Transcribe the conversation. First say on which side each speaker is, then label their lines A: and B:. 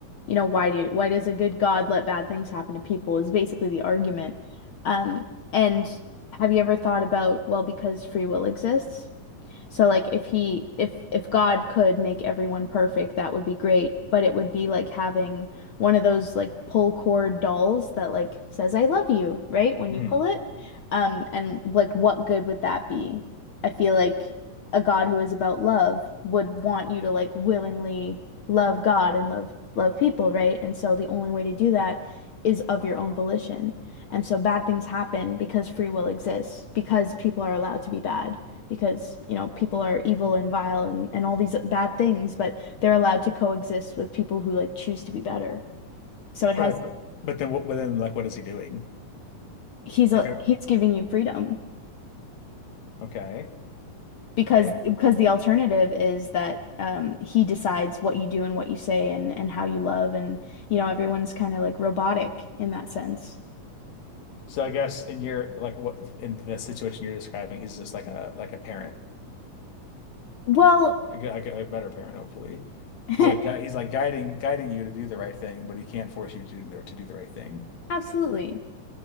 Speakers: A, on the left; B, on the left.
A: you know why do why does a good God let bad things happen to people is basically the argument. Um and have you ever thought about well because free will exists? So like if he if if God could make everyone perfect, that would be great, but it would be like having one of those like pull cord dolls that like says I love you, right? When
B: Mhm.
A: you pull it. Um and like what good would that be? I feel like a God who is about love would want you to like willingly love God and love love people, right? And so the only way to do that is of your own volition. And so bad things happen because free will exists, because people are allowed to be bad because, you know, people are evil and vile and, and all these bad things, but they're allowed to coexist with people who like choose to be better. So it has
B: Right. But but then what? But then like, what is he doing?
A: he's a,
B: If I,
A: he's giving you freedom
B: okay,
A: because
B: okay.
A: because the alternative is that um, he decides what you do and what you say and and how you love and you know everyone's kind of like robotic in that sense.
B: So I guess in your like what in the situation you're describing, he's just like a like a parent,
A: Well,
B: like a, gu- like a better parent, hopefully.
A: <laughs>
B: He's like gui- he's like guiding guiding you to do the right thing, but he can't force you to do the, to do the right thing.
A: absolutely.